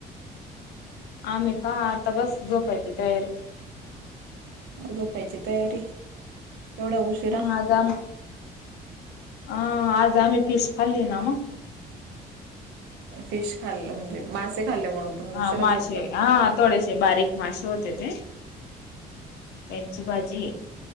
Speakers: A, on the left; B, on the right.
A: आमही का आता बस झोपायची तयारी
B: झोपायची तयारी एवढा उशिरा
A: हझम अ आज आ्ही पिस फाली ना मग
B: फिश खाल् म्हणजे मासे खाल्ले म्हणून तुम्ही
A: हा
B: उशिरा
A: माश
B: झोपतात
A: ह थोडेसे बारीक मासे होते ते त्यांची भाजी